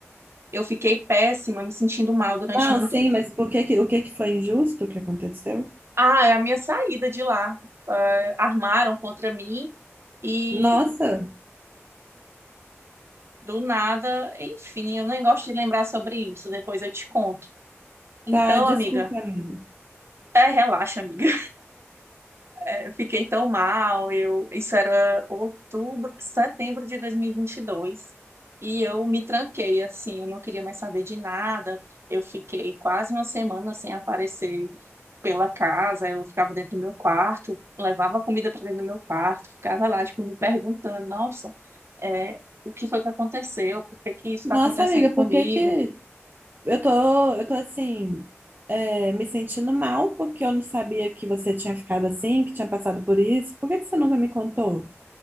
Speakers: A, on the right; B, on the right.
A: Eu fiquei péssima, me sentindo mal durante
B: Não,
A: muito
B: sim,
A: tempo.
B: mas por que que, o que que foi injusto que aconteceu?
A: Ah, é a minha saída de lá. Ah, armaram contra mim e
B: Nossa,
A: do nada, enfim, eu nem gosto de lembrar sobre isso, depois eu te conto. Então,
B: tá, desculpa,
A: amiga,
B: amiga.
A: até relaxa, amiga. É, eu fiquei tão mal, eu, isso era outubro, setembro de 2022, e vinte e dois, e eu me tranquei, assim, eu não queria mais saber de nada, eu fiquei quase uma semana sem aparecer pela casa, eu ficava dentro do meu quarto, levava comida para dentro do meu quarto, ficava lá, tipo, me perguntando, nossa, é, o que foi que aconteceu, por que que isso está
B: Nossa,
A: acontecendo
B: amiga, por
A: comigo,
B: que que eu tô, eu tô assim, é, me sentindo mal porque eu não sabia que você tinha ficado assim, que tinha passado por isso. Por que que você nunca me contou?